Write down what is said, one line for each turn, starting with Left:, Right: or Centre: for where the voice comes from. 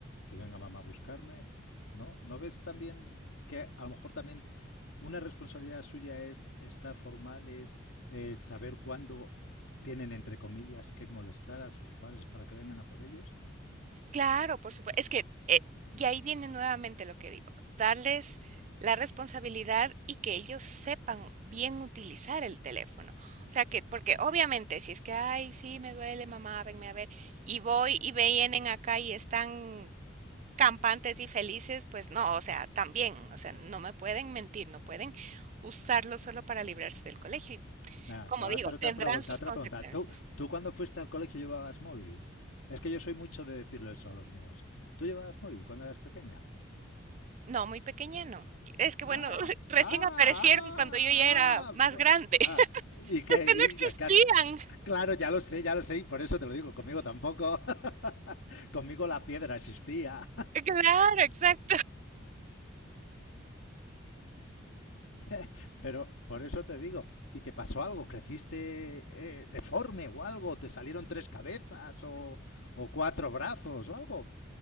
Left: que venga mamá a buscarme. ¿No? ¿No ves también que a lo mejor también una responsabilidad suya es estar formales, eh, saber cuándo tienen, entre comillas, que molestar a sus padres para que vengan a por ellos?
Right: Claro, por supuesto. es que, eh, y ahí viene nuevamente lo que digo, darles la responsabilidad y que ellos sepan bien utilizar el teléfono. O sea que porque obviamente si es que: "Ay, sí, me duele, mamá, venme a ver", y voy y vienen acá y están campantes y felices, pues no, o sea, también, o sea, no me pueden mentir, no pueden usarlo solo para librarse del colegio y,
Left: Venga,
Right: como
Left: te voy
Right: digo,
Left: a hacer otra
Right: tendrán
Left: pregunta,
Right: sus
Left: otra
Right: consecuencias.
Left: pregunta. ¿Tú, tú cuando fuiste al colegio llevabas móvil? Es que yo soy mucho de decirlo eso a los míos. ¿Tú llevabas móvil cuando eras pequeña?
Right: No, muy pequeña no. Y Es que bueno,
Left: Ah,
Right: <laughs> recién
Left: ah,
Right: aparecieron cuando yo ya era más
Left: ah, ah,
Right: grande. <laughs>
Left: ah. Y que,
Right: Es que
Left: y
Right: no existían.
Left: ya que has- claro, ya lo sé, ya lo sé, y por eso te lo digo, conmigo tampoco, <laughs> conmigo la piedra existía,
Right: Claro, exacto.
Left: <laughs> pero por eso te digo, ¿y te pasó algo? ¿Creciste eh, deforme o algo? ¿Te salieron tres cabezas o, o cuatro brazos o algo?